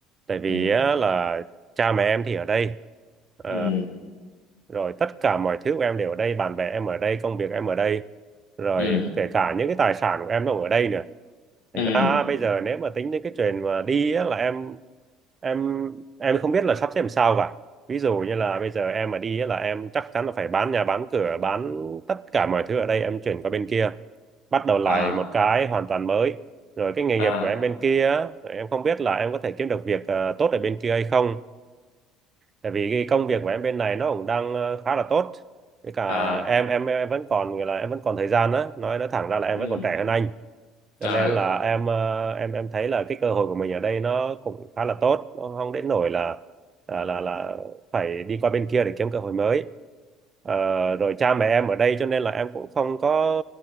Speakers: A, on the right (about 30°); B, on the left (about 65°).
A: tại vì
B: ừ
A: á, là cha mẹ em thì ở đây Ờ,
B: ừ
A: rồi tất cả mọi thứ của em đều ở đây bạn bè em ở đây công việc em ở đây rồi
B: ừ
A: kể cả những cái tài sản của em nó cũng ở đây nữa Thật
B: ừ
A: ra bây giờ nếu mà tính đến cái chuyện mà đi á, là em em em không biết là sắp xếp làm sao cả ví dụ như là bây giờ em mà đi á, là em chắc chắn là phải bán nhà bán cửa bán tất cả mọi thứ ở đây em chuyển qua bên kia bắt đầu lại
B: à
A: một cái hoàn toàn mới rồi cái nghề
B: à
A: nghiệp của em bên kia á, em không biết là em có thể kiếm được việc ờ, tốt ở bên kia hay không tại vì cái công việc của em bên này nó cũng đang ờ, khá là tốt với cả
B: à
A: em em em vẫn còn gọi là em vẫn còn thời gian á nói nói thẳng ra là em
B: ừ
A: vẫn còn trẻ hơn anh cho
B: ờ
A: nên là em ờ, em em thấy là cái cơ hội của mình ở đây nó cũng khá là tốt nó không đến nỗi là là là, là phải đi qua bên kia để kiếm cơ hội mới Ờ, rồi cha mẹ em ở đây cho nên là em cũng không có